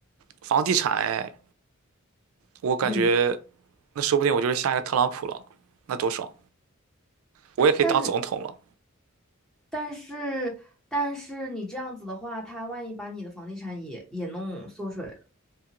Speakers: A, on the right (about 80°); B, in the centre.
A: 房地产哎，我感觉
B: 嗯，
A: 那说不定我就是下一个特朗普了，那多爽！我也可以当总统了。
B: 但但是但是你这样子的话，他万一把你的房地产也也弄缩水了